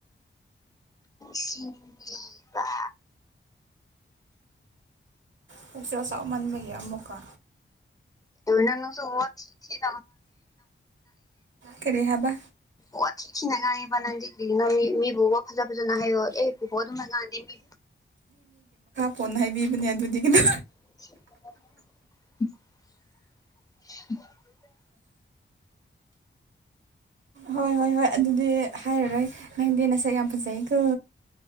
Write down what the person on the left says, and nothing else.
ꯁꯤꯕ
ꯑꯦꯅꯣ ꯁꯣ ꯊꯤꯁꯤ
ꯍ ꯊꯤꯈꯤꯅꯉꯥꯏꯑꯦꯕꯅꯥꯗꯤ ꯀꯔꯤꯅ ꯃꯤ ꯐꯖ ꯖꯅ ꯍꯦꯠ ꯃꯖꯥ ꯑꯗ ꯃꯤ
<unintelligible> <inaudible> <unintelligible> <inaudible>